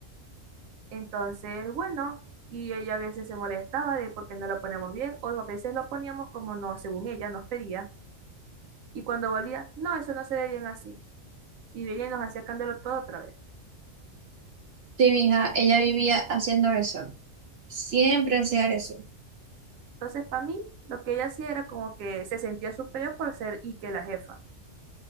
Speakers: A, on the right (about 80°); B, on the right (about 60°).
A: Entonces, bueno, y ella a veces se molestaba de por qué no lo ponemos bien, o a veces lo poníamos como no, según ella nos pedía. Y cuando volvía, no, eso no se ve bien así. Y ella nos hacía cambiarlo todo otra vez.
B: Sí, mija, ella vivía haciendo eso. Siempre hacía eso.
A: Entonces, para mí, lo que ella hacía era como que se sentía superior por ser Ike la jefa.